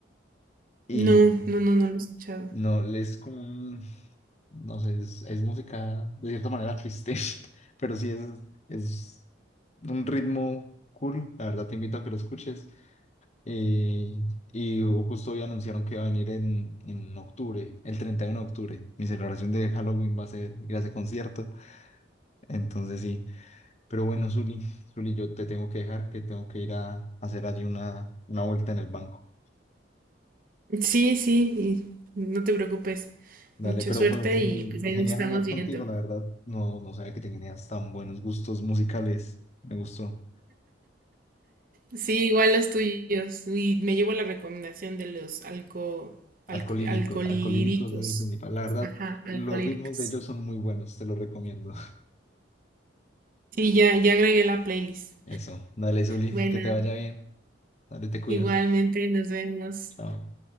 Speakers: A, on the left; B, on the right.
A: y
B: No, no, no, no lo he escuchado.
A: No, es como un, no sé, es, es música de cierta manera triste, <laughs> pero sí es, es un ritmo cool. La verdad te invito a que lo escuches. Eh, y justo hoy anunciaron que va a venir en, en octubre, el 31 de octubre. Mi celebración de Halloween va a ser ir a ese concierto. Entonces sí, pero bueno, Zuli, Zuli, yo te tengo que dejar, que tengo que ir a, hacer allí una, una vuelta en el banco.
B: Sí, sí, y no te preocupes.
A: Dale,
B: Mucha
A: pero
B: suerte
A: fue, fue un-
B: y pues ahí
A: genial
B: nos estamos
A: hablar
B: viendo.
A: contigo, la verdad. No, no sabía que tenías tan buenos gustos musicales. Me gustó.
B: Sí, igual los tuyos. Y me llevo la recomendación de los alco,
A: Alcolíricos,
B: alco- alcolíricos.
A: Alcolíricos es el principal. La verdad,
B: Ajá, alcolíricos.
A: los ritmos de ellos son muy buenos, te los recomiendo. <laughs>
B: Sí, ya, ya agregué la playlist.
A: Eso, dale, Zuli,
B: Bueno,
A: que te vaya bien. Dale, te cuidas.
B: igualmente nos vemos.
A: Chao.